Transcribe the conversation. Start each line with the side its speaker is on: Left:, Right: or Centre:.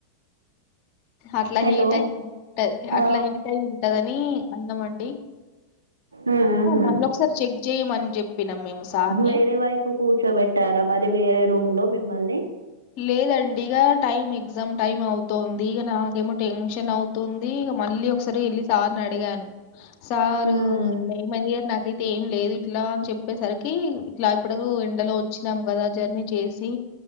Left: అట్లా
Right: హలో
Left: హీట్ అయి ఉంటది అట్లా
Right: ఆ
Left: హీట్ అయి ఉంటందిని అన్ని అందమంట
Right: ఉమ్
Left: మళ్ళొకసారి చెక్ జేయమని జెప్పినాం మేము సార్‌ని.
Right: వేరే వైపు కూచో పెట్టారా మరి వేరే రూమ్ లో మిమ్మల్ని
Left: లేదండి ఇక టైమ్ ఎగ్జామ్ టైమ్ అవుతుంది ఇక నాకేమో టెన్షన్ అవుతుంది ఇక మ మళ్ళీ ఒకసారి ఏళ్లి సార్ నే అడిగాను సారు
Right: ఉమ్
Left: ఏది నాకతే లేదు ఇట్లా అని చెప్పేసరికి ఇట్లా ఇప్పుడు ఎండలో వచ్చినాం కదా జర్నీ చేసి